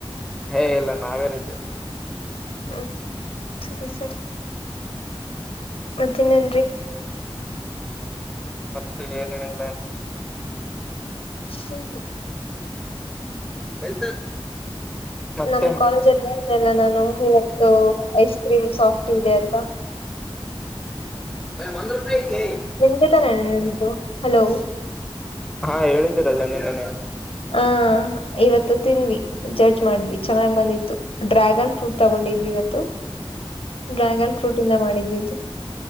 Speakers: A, in the centre; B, on the left.
A: ಹೇ ಇಲ್ಲ ನಾವೇ ರಜೆ.
B: ಹ್ಮ ಸರಿ ಸರಿ ಮತ್ತೆ ಇನ್ನೇನ್ ರೀ.
A: ಮತ್ತೆ ಏನ ಇಲ್ಲ.
B: ಹ್ಮ್
A: <inaudible> ಮತ್ತೆ
B: ನಮ್ ಕಾಲೇಜಲ್ಲಿ ಹೇಳಿದೆಲ್ಲ ನಾನು ಇವತ್ತು ಐಸ್ ಕ್ರೀಮ್ ಸಾಫ್ಟ್ ಇದೆ ಅಂತ.
A: <inaudible>
B: ನಿಮಗೆ ತಾನೇ ನಾನ್ ಹೇಳಿದ್ದು ಹಲೋ.
A: ಹಾ ಹೇಳಿದೀರಲ್ಲ ನಿನ್ನೇನೆ
B: ಹ ಇವತ್ತು ತಿಂದ್ವಿ ಜಡ್ಜ್ ಮಾಡ್ವಿ ಚೆನ್ನಾಗ್ ಬಂದಿತ್ತು ಡ್ರ್ಯಾಗನ್ ಫ್ರೂಟ್ ತಗೊಂಡಿದ್ವಿ ಇವತ್ತು
A: ಸುಯ್ಯಿ
B: ಡ್ರ್ಯಾಗನ್ ಫ್ರೂಟ್ ಇಂದ ಮಾಡಿದ್ದಿದ್ದು